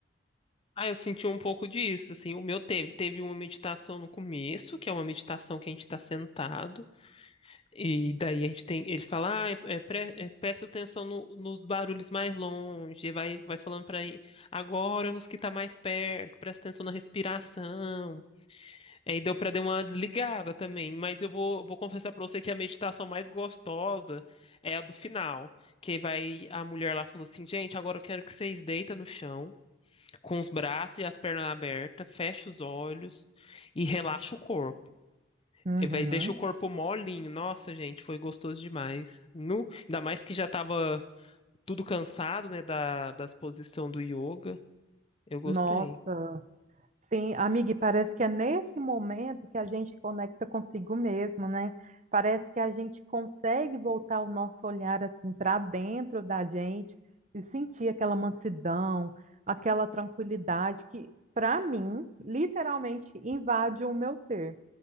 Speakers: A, on the left; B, on the right.
A: Ah, eu senti um pouco disso, assim, o meu teve, teve uma meditação no começo, que é uma meditação que a gente está sentado, e daí a gente tem, ele fala, ah, é, é, pre- é, presta atenção no- nos barulhos mais longe, e vai, vai falando para agora nos que tá mais perto, presta atenção na respiração, aí deu para dar uma desligada também, mas eu vou, vou confessar para você que a meditação mais gostosa é a do final, que vai, a mulher lá falou assim, gente, agora eu quero que vocês deitem no chão, com os braços e as pernas abertas, fecha os olhos e relaxa o corpo.
B: Uhum.
A: E vai, deixa o corpo molinho. Nossa, gente, foi gostoso demais. Nu, ainda mais que já tava tudo cansado, né, da, das posições do yoga. Eu gostei.
B: Nossa. Sim, amiga, e parece que é nesse momento que a gente conecta consigo mesmo, né? Parece que a gente consegue voltar o nosso olhar assim para dentro da gente e sentir aquela mansidão, aquela tranquilidade que, para mim, literalmente invade o meu ser.